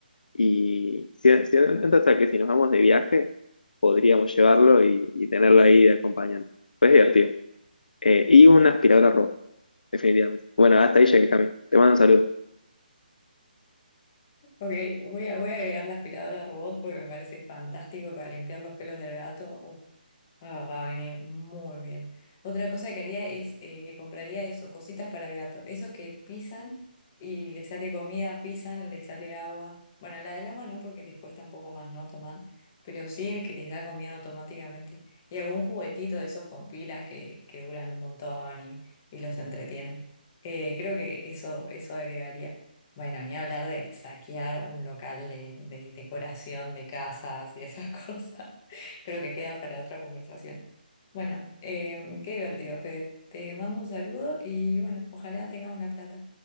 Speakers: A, on the left (about 55°); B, on the left (about 15°).
A: Y si, si hasta que si nos vamos de viaje, podríamos llevarlo y, y tenerlo ahí de acompañante. Pues es divertido. Eh, y una aspiradora robot, definitivamente. Bueno, hasta ahí llegué, Cami. Te mando un saludo.
B: Ok, voy a, voy a agregar la aspiradora robot porque me parece fantástico para limpiar los pelos del gato. Ah, va a venir muy bien. Otra cosa que haría es eh, que compraría eso, cositas para el gato. Esos que pisan y le sale comida, pisan, le sale agua. Bueno, la del agua no, porque les cuesta un poco más, ¿no? Tomar. Pero sí el que les da comida automáticamente. Y algún juguetito de esos con pilas que, que duran un montón y, y los entretienen. Eh, creo que eso, eso agregaría. Bueno, ni hablar de saquear un local de de decoración de casas y esas <laughs> cosas. Creo que queda para otra conversación. Bueno, eh, qué divertido, Fede. Te mando un saludo y bueno, ojalá tengamos la plata.